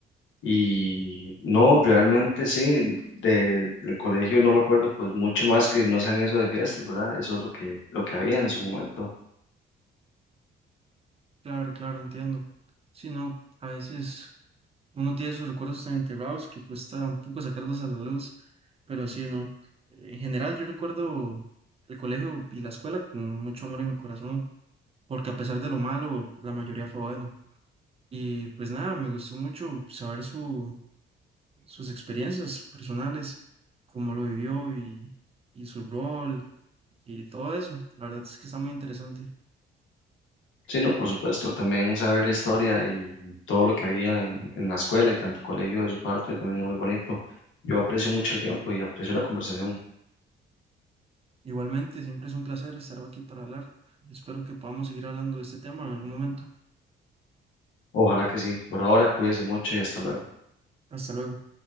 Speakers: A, on the left; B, on the right.
A: Y no, realmente sí, de- del colegio no me acuerdo pues mucho más que no sean eso de fiestas, ¿verdad? Eso es lo que, lo que había en su momento.
B: Claro, claro, entiendo. Sí, no, a veces Uno tiene sus recuerdos tan enterrados que cuesta un poco sacarlos a la luz, pero sí, no. Eh, En general, yo recuerdo el colegio y la escuela con mucho amor en mi corazón, porque a pesar de lo malo, la mayoría fue bueno. Y pues nada, me gustó mucho saber su, sus experiencias personales, cómo lo vivió y, y su rol y todo eso. La verdad es que está muy interesante.
A: Sí, no, por supuesto, también saber la historia y todo lo que había en, en la escuela y tanto colegio de su parte también es muy bonito. Yo aprecio mucho el tiempo y aprecio la conversación.
B: Igualmente, siempre es un placer estar aquí para hablar. Espero que podamos seguir hablando de este tema en algún momento.
A: Ojalá que sí. Por ahora, cuídense mucho y hasta luego.
B: Hasta luego.